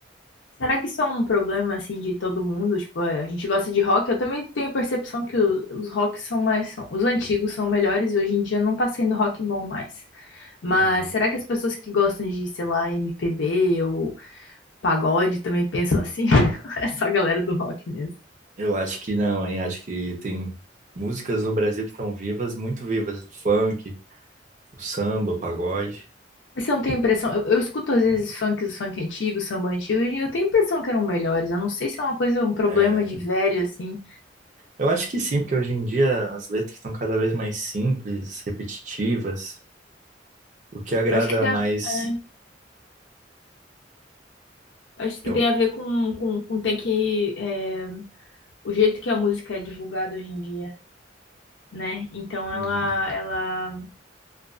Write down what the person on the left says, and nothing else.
Será que isso é um problema, assim, de todo mundo? Tipo, a gente gosta de rock. Eu também tenho a percepção que o- os rocks são mais... são- os antigos são melhores e hoje em dia não tá sendo rock bom mais. Mas
será que as pessoas que gostam de, sei lá, MPB ou pagode também pensam assim? <laughs> É só a galera do rock mesmo.
Mas você não tem a impressão... Eu, eu escuto às vezes funk, funk antigo, samba antigo, e eu tenho a impressão que eram melhores. Eu não sei se é uma coisa, um problema
de velho, assim.
Eu acho que tem
a, é, acho que
tem a ver com, com, com ter que... é, o jeito que a música é divulgada hoje em dia, né? Então ela
ela